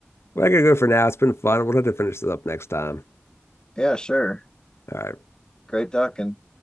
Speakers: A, on the left; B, on the left.
A: Well, I gotta go for now. It's been fun. We'll have to finish this up next time.
B: Yeah, sure.
A: All right.
B: Great talking.